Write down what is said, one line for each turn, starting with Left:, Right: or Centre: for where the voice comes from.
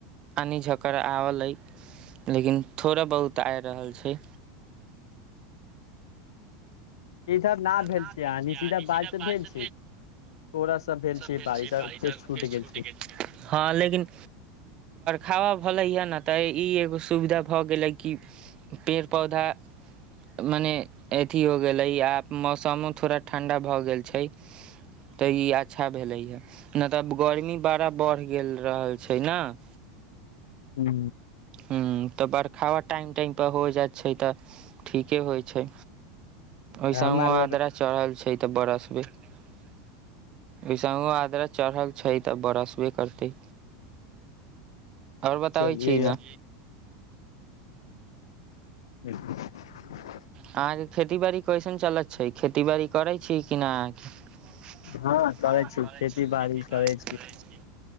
Right: आनि झकड़ आलै लेकिन थोड़ा बहुत आइ रहल छै
Left: इधर भेल
Right: न
Left: छै
Right: भेट
Left: आंधी सीधा बारिश
Right: छै बाजसँ
Left: भेल छै थोड़ा सा भेल छै
Right: भेज
Left: बारिश
Right: छै
Left: आ फेर छूट गेल
Right: <unintelligible> हा लेकिन हावा भलै ह न तऽ ई एगो सुविधा भऽ गेलै कि पेड़ पौधा मने अथि हो गेलै आब मौसमो थोड़ा ठण्ढा भऽ गेल छै तऽ ई अच्छा भेलै ह न त गर्मी बड़ा बढ़ि गेल रहल छै न <inaudible>
Left: हू
Right: हू त बरखावा टाइम टाइम प हो जाइत छै तऽ ठीके होइ छै ओइसहू
Left: हम आर
Right: आद्रा चढ़ल छै ते बरसबे ओइसहू आद्रा चढ़ल छै तऽ बरसबे करतै आओर बताबै
Left: चलियै
Right: छी न
Left: <unintelligible>
Right: अहाँके खेती बाड़ी कैसन चलैत छै खेती बाड़ी करै छियै कि ना हँ करइ
Left: हँ करै छी
Right: छि
Left: बाड़ी
Right: खेती बड़ि
Left: करै
Right: करैत छी